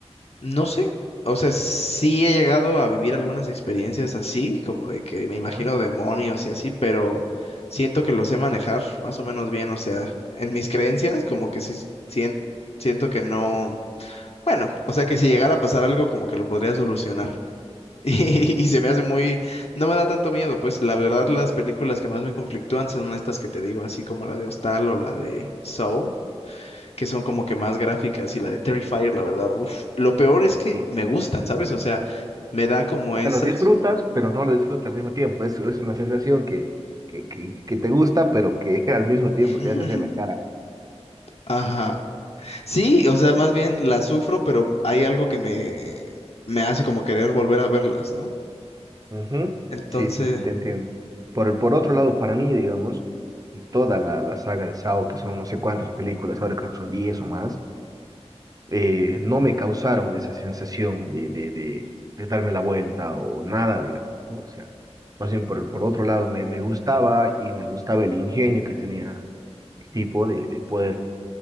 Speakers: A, on the left; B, on the right.
A: no sé, o sea, sí he llegado a vivir algunas experiencias así, como de que me
B: ¿ya?
A: imagino demonios y así, pero siento que los sé manejar más o menos bien, o sea, en mis creencias como que sí sien- siento que no, bueno, o sea que si llegara a pasar algo como que lo podría solucionar. <laughs> Y, y se me hace muy, no me da tanto miedo, pues la verdad las películas que más me conflictúan son estas que te digo, así como la de Hostal o la de Saw que son como que más gráficas y la de Terrifier, la verdad, uf, lo peor es que
B: sí
A: me gustan, ¿sabes? O sea, me da como esa...
B: sea, lo disfrutas, pero no lo disfrutas al mismo tiempo. Es, es una sensación que, que, que, que te gusta, pero que <laughs> al mismo tiempo
A: <laughs>
B: te hace hacer la cara.
A: Ajá. Sí, o sea, más bien la sufro, pero hay algo que me, me hace como querer volver a verlas, ¿no?
B: Ujú.
A: Entonces,
B: Sí, sí, sí, te entiendo. Por, el- por otro lado, para mí, digamos, y toda la, la saga de Saw, que son no sé cuántas películas, ahora creo que son 10 o más, eh, no me causaron esa sensación de, de, de, de darme la vuelta o nada, digamos, ¿no? O sea, más bien por, el- por otro lado, me, me gustaba y me gustaba el ingenio que tenía el tipo de, de poder